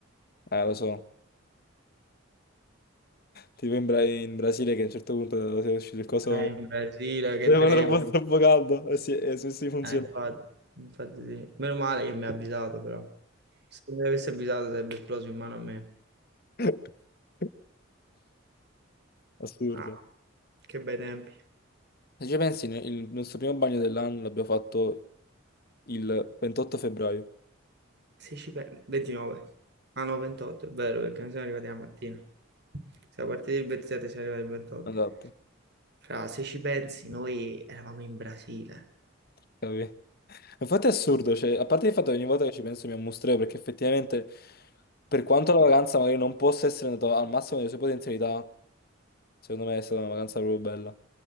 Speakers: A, on the left; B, on the right.
A: eh, lo so, tipo in, Bra- in Brasile che a un certo punto è uscito il coso...
B: Eh, in
A: <laughs>
B: Brasile, che
A: Era
B: tenevo?
A: troppo, troppo caldo, e si, e si funziona.
B: Eh, infatti, infatti sì. Meno male che mi ha avvisato, però. Se mi avesse avvisato sarebbe esploso in mano a me.
A: <laughs> Assurdo.
B: Ah, che bei tempi.
A: Se ci pensi, ne- il nostro primo bagno dell'anno l'abbiamo fatto il 28 febbraio.
B: 16 pe- 29. Ah no, 28, è vero, perché noi siamo arrivati la mattina. Siamo partiti il 27, siamo arrivati il 28.
A: Esatto,
B: Fra, se ci pensi, noi eravamo in Brasile.
A: capì? <laughs> Infatti è assurdo, cioè, a parte il fatto che ogni volta che ci penso mi ammustreo, perché effettivamente, per quanto la vacanza magari non possa essere andata al massimo delle sue potenzialità, secondo me è stata una vacanza proprio bella.